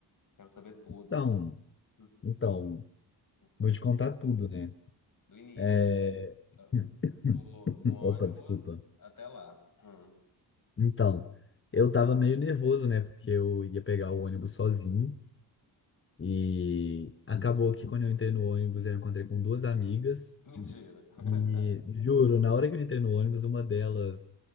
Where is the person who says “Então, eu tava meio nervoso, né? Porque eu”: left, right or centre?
Left